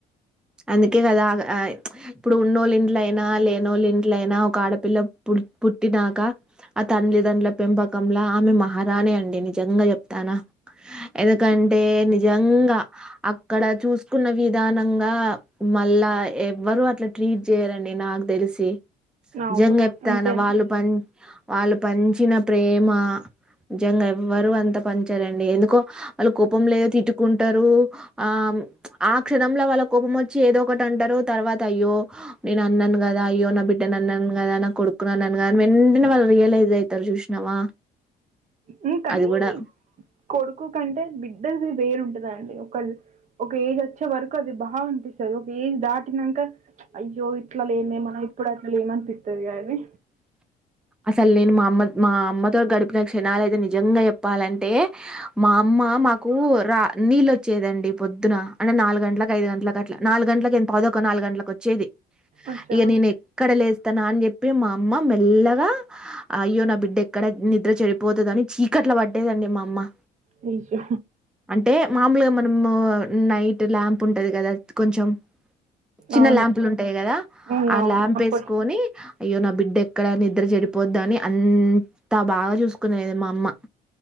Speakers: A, in the centre; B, on the right.
A: అందుకే కదా ఇప్పుడు ఉన్నోళ్ళ ఇంట్లయినా లేన వాళ్ళ ఇంట్లైనా ఒక ఆడపిల్ల పు పుట్టినాక ఆ తండలిదండుల పెంపకంలా ఆమె మహారానే అండి నిజంగా చెప్ తనా ఎదకంటే ని జంగా అక్కడ చూసుకున్నవి విధానంగా మళ్ళా ఎవ్వరు అట్లా ట్రీట్ చేయాలండి నాకు తెలిసి
B: అవును
A: జంెప్తాను
B: అంతేనా
A: వాళ్ళు ప వాళ్ళు పంచిన ప్రేమ జంగా ఎవ్వరు అంతా పనించారండి ఎందుకో వాళ్ళు కోపం లేదో తిట్టుకుంటారు ఆ ఆ క్షణంలో వాళ్ళ కోపం వచ్చి ఏదో ఒకటి అంటారు తర్వాత అయ్యో నేను అన్నాను కదా అయ్యో నా బిడ్ ంట అన్న కదాన్న కొడుకున్నన్నన్నగాద వెంటనే వాళ్ళు రియలైజ్ అవుతారు చూసినావా
B: హ్మ్ కానీ
A: అది కూడా
B: కొడుకు కంటే బిడ్డది వేరుంటదండి ఒక ఒక ఏజ్ వచ్చే వరకు అది బాగా అపిస్తుంది ఒక ఏజ్ దాటినాక అయ్యో ఇట్లా లేమే మనం ఇప్పుడు లేమనిపిత్తది కదండి
A: అసలు నేను మా అమ్మ మా అమ్మతోగడి విక్షణాలు అదతే నిజంగా చెప్పాలంటే మా అమ్మ మాకు రా నీళ్ళొచ్చేదండి పొద్దున అంటే నాలుగుంటలకు ఐదు గంటలకు అట్లా నాలు గంటలలకు ఎ పదక ఒక నాలుగు గంటలకు వచ్చేది
B: అచ్చా
A: ఇక నేను ఎక్కడ లేస్తానా అని చెప్పి మా అమ్మ మెల్లగా అయ్యో నా బిడ్డ ఎక్కడ నిద్ర చెడిపోతుంద అని చీకట్ వాడేదండడి మ అమ్మ
B: నిష
A: అంటే మామూలుగా మనము నైట్ ల్యాంప్ ఉంటుంది కదా కొంచెం చిన్న
B: అవును
A: ల్యాంపులు ఉంట ంటాయి కదా
B: అవును
A: ఆ
B: అవును
A: ల్యాంప్
B: అప్పట్లో
A: వేసుకొని అయ్యో నా బిడ్డ ఎక్కడ నిద్ర చెడిపోద్ద అని అంత త బాగా చూసుకునేది మా అమ్మ